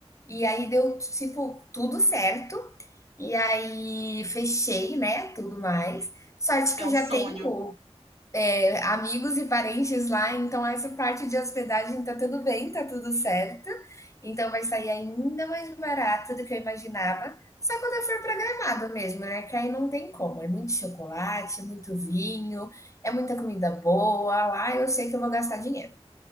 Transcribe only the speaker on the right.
é
um
sonho.